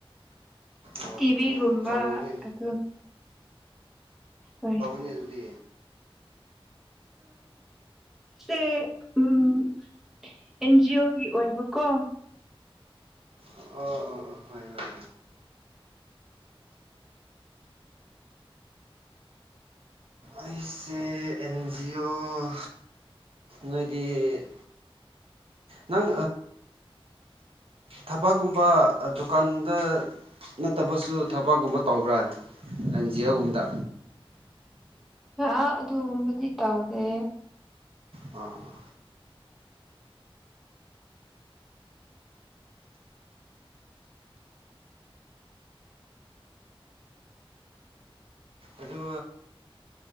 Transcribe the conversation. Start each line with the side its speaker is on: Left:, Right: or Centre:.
Right: ꯑꯣ
Centre: ꯇꯤꯚꯤꯒꯨꯝꯕ
Right: ꯍꯣ ꯍꯣ ꯆꯥꯎꯕꯅꯤ
Centre: ꯑꯗꯨ ꯍꯣꯏ
Right: ꯦꯜ
Centre: ꯁꯦ ꯎꯝ ꯑꯦꯟꯖꯤ ꯑꯣꯒꯤ ꯑꯣꯏꯕꯀꯣ
Right: ꯑꯣ ꯑꯣ ꯑꯣ ꯍꯣꯏ ꯍꯣꯏ ꯍꯣꯏ ꯑꯩꯁꯦ ꯑꯦꯟ ꯖꯤ ꯑꯣ ꯅꯣꯏꯒꯤ ꯅꯪ ꯊꯕꯛꯀꯨꯝꯕ ꯗꯨꯀꯥꯟꯗ ꯅꯠꯇꯕꯁꯨ ꯊꯕꯛꯒꯨꯝꯕ ꯇꯧꯕ꯭ꯔꯥ ꯑꯦꯟ ꯖꯤ ꯑꯣꯒꯨꯝꯕꯗ
Centre: ꯑ ꯑꯗꯨꯒꯨꯝꯕꯗꯤ ꯏ ꯇꯥꯎꯗꯦ
Right: ꯑꯣꯥ ꯑꯗꯨ